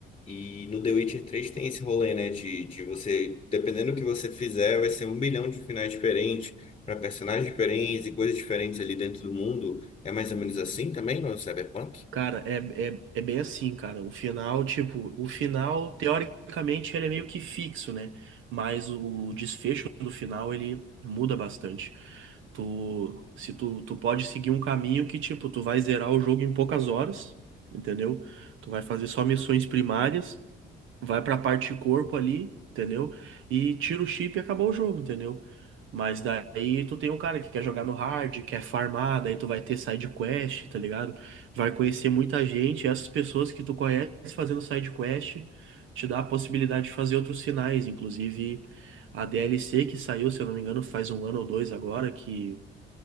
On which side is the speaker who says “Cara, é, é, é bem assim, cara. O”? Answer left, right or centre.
Right